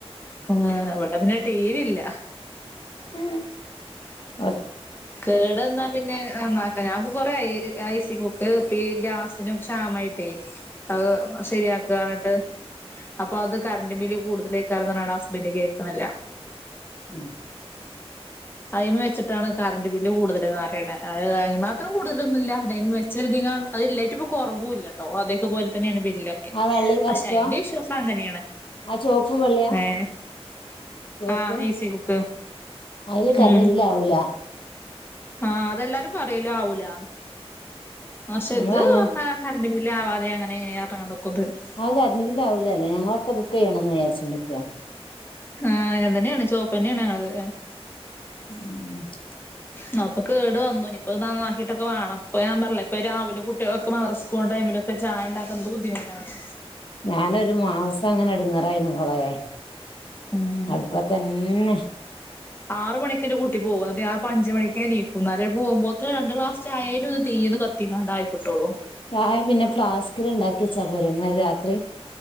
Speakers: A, on the left; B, on the left.
A: ആഹ് വടെ പിന്നെ ടി വി ഇല്ല.
B: ഉ അ
A: കേടന്നാ പിന്നെ നന്നാ ഞാൻ ഇപ്പൊ കൊറേ ആയി ആ ഈസി കുക്ക് ഇപ്പീ ഗ്യാസിനും ക്ഷാമായിട്ടെ. അത് ശരിയാക്കാ ന്നട്ട് അപ്പൊ അത് കറണ്ട് ബില്ല് കൂടുതലേക്കാരം എന്നർഞ്ഞാണ്ട് ഹസ്ബന്ഡ് കേക്ണില്ല.
B: ഉം
A: അയ്മ വെച്ചിട്ടാണ് കറണ്ട് ബില്ല് കൂടുതല്ന്നാ റിണ്. അത് അയ്മാത്രം കൂടുതലൊന്നും ഇല്ല. പിന്നെയ്മെ വെച്ചൊര്തിനാൾ അത് ഇല്ലായ്ട്ട് ഇപ്പൊ കൊറവൂ ഇല്ലട്ടോ. അതേക്കെ പോൽ തന്നേണ് ബില്ലൊ ക്കെ.
B: ആ വെള്ളയും കറുപ്പുവാ
A: പഷേ അയ്ന്റെ വിശ്വാസം അങ്ങനേണ്.
B: ആ ചോപ്പും വെള്ളയാ
A: ഏഹ്
B: ചോപ്പ്
A: ആഹ് ഈസി കുക്ക്.
B: അതില്
A: ഹും
B: കറണ്ട് ബില്ല് ആവൂല
A: ആഹ് അതെല്ലാരും പറയുലേ ആവൂലാന്ന് പക്ഷെ
B: ഞമ്മള
A: ഇത്
B: അങ്ങനെ
A: മേ കറന്റ് ബില്ല് ആവാതെ അങ്ങനെ എങ്ങനെയാ. <unintelligible>
B: അത് കറന്റ് ബില്ല് ആവൂല്ലല്ലേ ഞങ്ങള് ഒക്കെ ബുക്ക് ചെയ്യണോന്ന് വിചാരിച്ചോട്ട് നിക്കുവാ.
A: ആഹ് അ തന്നെയാണ് ചുവപ്പ തന്നെയാണ് ആള്.
B: ഉം.
A: ന്നപ്പൊ കേട് വന്നു ഇപ്പൊ നന്നാക്കിട്ടൊക്കെ വേണം. ഞാൻ പറഞ്ഞില്ലേ ഇപ്പൊ രാവിലെ കുട്ടികൾക്ക് ഒക്കെ മദ്സ്രക്ക് പോണ ടൈമിലൊക്കെ ചായ ഉണ്ടാക്കാൻ എന്തു ബുദ്ധിമുട്ടാന്നോ?
B: ഞാനൊരു മാസം അങ്ങനെ എടങ്ങേ റായിന്നു മോളെ
A: ഉം
B: അടുപ്പത്ത് തന്നെ.
A: ആറു മണിക്കെന്റെ കുട്ടി പോകും എന്നിട്ട് ഞാന് ഇപ്പം അഞ്ച് മണിക്ക് എനീക്കും എന്നാലേ പോകുമ്പോത്തേന് രണ്ട് ക്ലാസ്സ് ചായേലും ഈ തീയിന്ന് കത്തി ത്തിങ്ങാട്ട് ആയി കിട്ടുവൊള്ളൂ.
B: ചായ പിന്നെ ഫ്ലാസ്കിൽ ഉണ്ടാക്കി വച്ചാ പോരേ, എന്നാല് രാത്രി.